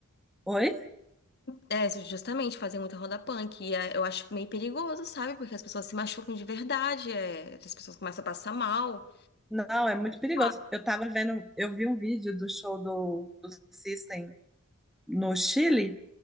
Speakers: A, in the centre; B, on the left.
A: oi?
B: É, justamente fazer muita roda punk. E é, eu acho meio perigoso, sabe? Porque as pessoas se machucam de verdade, é, as pessoas começam a passar mal.
A: Não, é muito perigoso.
B: Ah,
A: Eu tava vendo, eu vi um vídeo do show do, do System no Chile,